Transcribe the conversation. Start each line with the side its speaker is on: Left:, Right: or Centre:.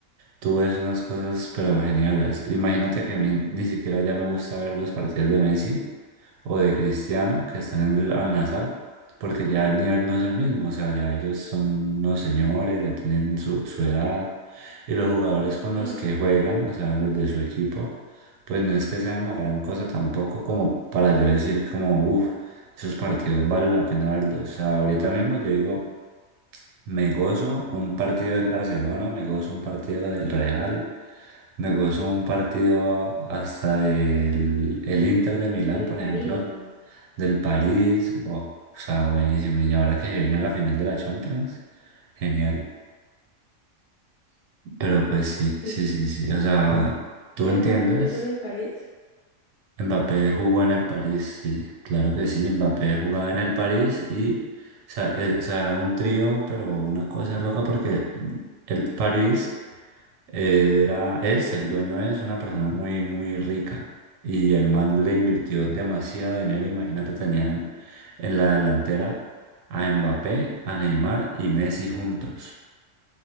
Right: Tú ves unas cosas pero geniales. Imagínate que a mí ni siquiera ya me gusta ver los partidos de Messi o de Cristiano que están en el Al-Nassr, porque ya el nivel no es el mismo, o sea, ya ellos son unos señores, ya tienen su, su edad, y los jugadores con
Left: Sí,
Right: los que juegan, o sea, los de su equipo, pues no es que sean la gran cosa tampoco como para yo decir como, uff, esos partidos vale la pena verlos, o sea, ahorita mismo yo digo, me gozo un partido del Barcelona, me gozo un partido del Real. Me gozo un partido hasta el, el Inter de Milán,
Left: del
Right: por
Left: París,
Right: ejemplo, del París, wow, o sea, buenísimo. Y ahora que se viene la final de la Champions, genial. Pero pues sí,
Left: sí.
Right: sí, sí, sí. O sea, ¿tú
Left: Ve,
Right: entiendes?
Left: Mbappé jugó en el París.
Right: Mbappé jugó en el París, sí, claro que sí. Mbappé
Left: Bueno,
Right: jugaba en el París y, o sea, eh, o sea, era un trío, pero una cosa loca porque el París Era, es, el dueño es una persona muy, muy rica y el man le invirtió demasiado dinero. Imagínate, tenían en la delantera a Mbappé, a Neymar y Messi juntos.